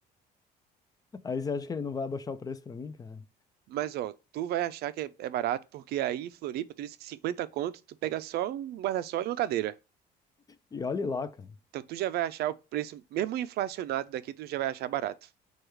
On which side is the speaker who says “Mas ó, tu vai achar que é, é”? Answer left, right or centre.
Right